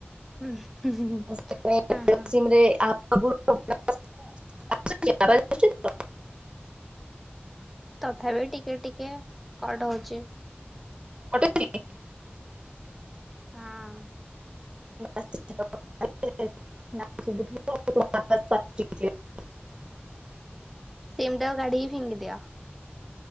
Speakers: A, in the centre; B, on the right.
A: ହୁଁ।
B: ସେଥିପାଇଁ
A: ହଁ ହଁ
B: ସିମ୍ <inaudible>
A: ତଥାପି ଟିକେ ଟିକେ କଟ ହଉଛି।
B: <unintelligible>
A: ହଁ।
B: <unintelligible>
A: ସିମ୍ ଟାକୁ କାଢ଼ିକି ଫିଙ୍ଗିଦିଅ